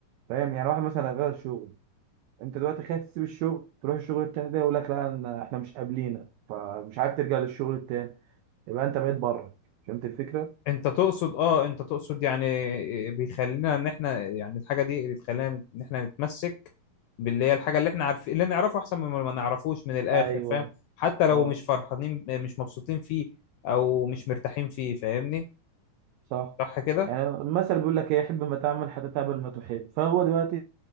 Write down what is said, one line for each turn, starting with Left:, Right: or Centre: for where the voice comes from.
Right: فاهم يعني واحد مثلا غير شغل انت دلوقتي خايف تسيب الشغل تروح الشغل التاني ده يقول لك لا أنا- احنا مش قابلينك فمش عارف ترجع للشغل التاني يبقى انت بقيت بره فهمت الفكرة؟
Left: انت تقصد اه انت تقصد يعني بيخلينا ان احنا يعني الحاجه دي بتخلينا نت- ان احنا نتمسك باللي هي الحاجه اللي احنا عارفين اللي نعرفه احسن من ما نعرفوش من الاخر
Right: ايوه
Left: فاهم حتى لو
Right: اه
Left: مش فرحانين مش مبسوطين فيه او مش مرتاحين فيه فاهمني
Right: صح
Left: صح كده
Right: يعني المثل بيقول لك ايه حب ما تعمل حتى تعمل ما تحب فهو دلوقتي